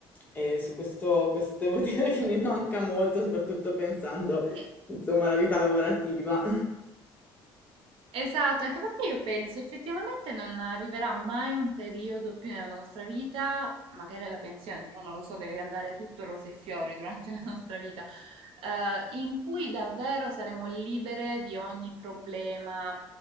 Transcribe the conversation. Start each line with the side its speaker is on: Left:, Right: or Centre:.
Left: E su questo, questo devo <laughs> dire che mi manca molto, soprattutto pensando,
Right: Sì,
Left: insomma, alla vita lavorativa.
Right: Esatto, anche perché io penso effettivamente non arriverà mai un periodo più nella nostra vita, magari alla pensione, però non lo so, deve andare tutto rose e fiori durante <laughs> la nostra vita, eh, in cui davvero saremo libere di ogni problema, mh,